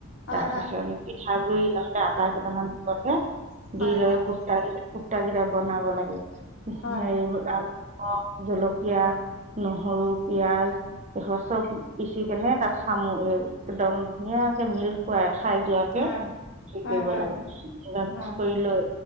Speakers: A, on the left (about 60°); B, on the right (about 35°).
A: হয়
B: তাৰ
A: হয়
B: পিছত পিঠাগুৰি নহলে আটা কেইটামান দিব লাগে।
A: হয়
B: দি লৈ পোষ্টা কেইটা পুস্তা বিলাক বনাব লাগে। হেৰি
A: হয়
B: হল ৰস, জলকীয়া, নহৰু, পিয়াজ এই চব পিচি কেনে তাত খানো। এ একদম ধুনীয়াকে মিল্ক ঢাক খুৱাই খাই যোৱাকে
A: হয়
B: হেৰি
A: হয়
B: কৰিব
A: হয়
B: লাগে, এবাৰ মিক্স
A: হয়
B: কৰি লৈ